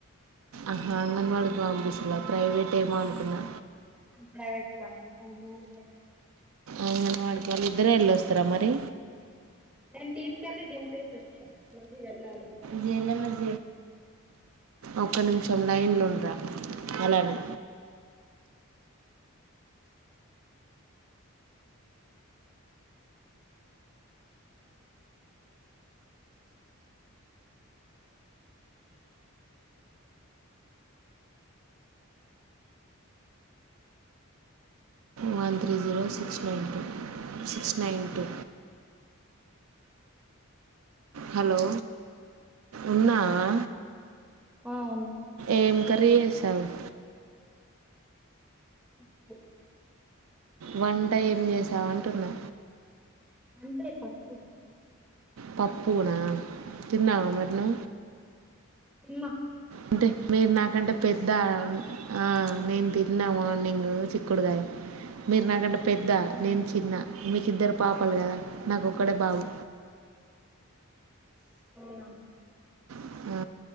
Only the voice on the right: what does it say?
ఆహా అంగన్వాడికి పంపిస్తున్నరా ప్రైవేట్ ఏమో అనుకున్నా
అంగన వాడికి వాళ్ళు ఇద్దరే వెళ్ళొస్తారా మరి
జేఎన్ఎంఎస్ ఒక్క నిమిషం లైన్లో ఉండరా అలానే one three zero six nine two six nine two hello ఉన్నావా
ఏం కర్రీ చేస్తావుండా
వంటై ఏం చేసావు అంటున్నా
పప్పు కూర తిన్నావా మరదలా
అంటే మీరు నాకంటే పెద్ద ఆ ఆహ్ నేను తిన్నా మా నింగ్ చిక్కుడుగాయ మీరు నాకంటె పెద్ద
నేను చిన్న మీకిద్దరు పాపాలు కదా నాకు ఒక్కడే బాబు
<unintelligible> ఆ